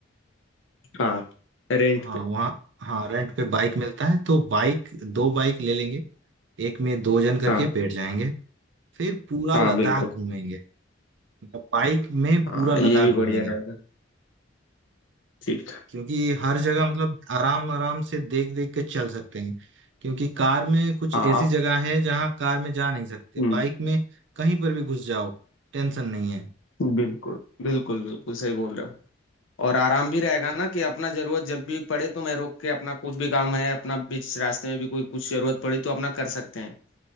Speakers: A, on the left; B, on the right.
A: हाँ रेंट
B: हाँ
A: पे
B: वहाँ हाँ रेंट पे बाइक मिलता है तो बाइक दो बाइक ले लेंगे एक में दो जन करके
A: हाँ
B: बैठ जाएंगे फिर पूरा
A: हाँ
B: लद्दाख
A: बिल्कुल
B: घूमेंगे मतलब बाइक में पूरा
A: हाँ
B: लद्दाख
A: ये भी
B: घूमेंगे
A: बढ़िया रहेगा ठीक है।
B: क्योंकि हर जगह मतलब आराम आराम से देख देख के चल सकते हैं क्योंकि कार में कुछ
A: हाँ
B: ऐसी
A: आप
B: जगह है जहाँ कार में जा नहीं सकते
A: हम्म,
B: बाइक में कहीं पर भी घुस जाओ टेंशन नहीं है
A: बिल्कुल बिल्कुल बिल्कुल सही बोल रहे हो और आराम भी रहेगा ना कि अपना जरूरत जब भी पड़े तो मैं रोक के अपना कुछ भी काम है अपना बीच रास्ते में भी कोई कुछ जरूरत पड़ी तो अपना कर सकते हैं